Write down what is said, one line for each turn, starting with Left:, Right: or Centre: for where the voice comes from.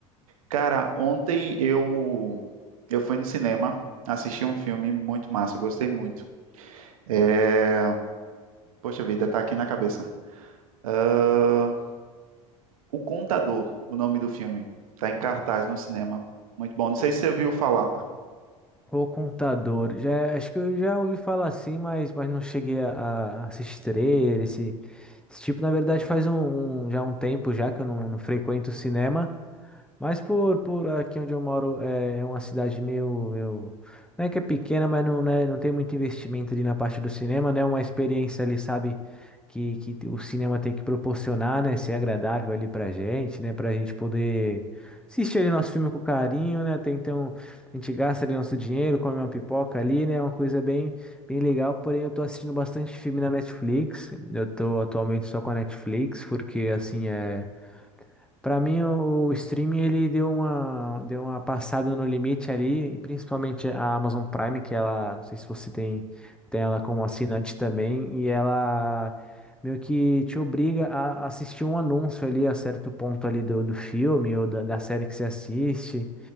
Right: Cara, ontem eu eu fui no cinema, assisti um filme muito massa, gostei muito. É... Poxa vida, tá aqui na cabeça. Ah, O Contador, o nome do filme. Tá em cartaz no cinema. Muito bom. Não sei se você viu falar.
Centre: O contador, já, acho que eu já ouvi falar assim, mas, mas não cheguei a, a assistir ele, esse, esse tipo, na verdade, faz um, um- já um tempo já que eu não, não frequento o cinema, Mas por, por aqui onde eu moro é, é uma cidade meio, meio. Não é que é pequena, mas não, né, não tem muito investimento ali na parte do cinema, né? é Uma experiência ali, sabe, que, que o cinema tem que proporcionar, né? Ser agradável ali pra gente, né? Pra gente poder assistir ali nosso filme com carinho, né? até então, a gente gasta ali nosso dinheiro, come uma pipoca ali, né? É uma coisa bem, bem legal. Porém, eu tô assistindo bastante filme na Netflix. Eu tô atualmente só com a Netflix, porque assim é. Para mim, o, o streaming ele deu uma, deu uma passada no limite ali, e principalmente a Amazon Prime, que ela, não sei se você tem, tem ela como assinante também, e ela meio que te obriga a assistir um anúncio ali a certo ponto ali do, do filme ou da, da série que você assiste.